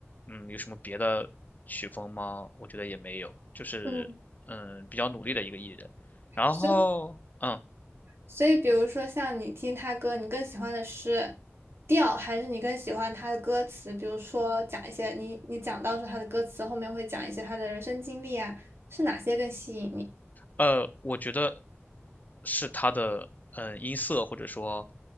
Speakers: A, on the left; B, on the right.
A: 嗯，有什么别的曲风吗？我觉得也没有，就是嗯，
B: 嗯。
A: 比较努力的一个艺人。然后嗯
B: 所以。所以，比如说像你听他歌，你更喜欢的是调，还是你更喜欢他的歌词？比如说讲一些你你讲到说他的歌词后面会讲一些他的人生经历啊，是哪些更吸引你？
A: 呃，我觉得是他的嗯音色或者说